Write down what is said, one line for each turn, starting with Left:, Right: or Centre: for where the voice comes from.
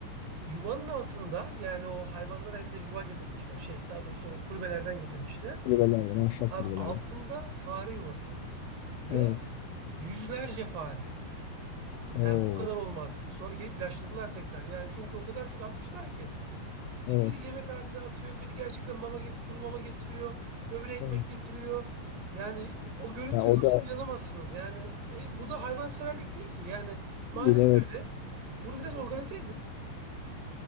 Right: Yuvanın altında yani o hayvanlara bir de yuva getirmişler. Şey daha doğrusu o kulübelerden getirmişler.
Left: Kulübelerden, ahşap
Right: Abi
Left: kulübelerden.
Right: altında fare yuvası ve
Left: Evet.
Right: yüzlerce fare.
Left: Oo,
Right: Yani bu kadar olmaz. Sonra gelip ilaçladılar tekrar. Yani çünkü o kadar çok atmışlar ki. İşte
Left: evet.
Right: bir yemek artı atıyor, bir gerçekten mama getir, kuru mama getiriyor, öbürü ekmek
Left: evet.
Right: getiriyor. Yani o görüntüyü
Left: Ya o
Right: görseniz
Left: da
Right: inanamazsınız. Yani e, bu da hayvanseverlik değil ki. Yani madem
Left: değil, evet.
Right: böyle, bunu biraz organize edin.